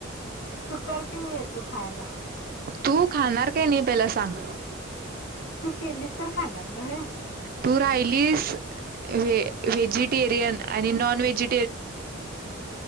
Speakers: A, on the left; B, on the right.
A: तू कर कि मी येतो खायला.
B: तू खाणार काय नाही पहिला सांग.
A: तू केलीस तर खाणार नव्हे
B: तू राहिलीस व्हे व्हेजि टेरिअन आणि नॉन वेझी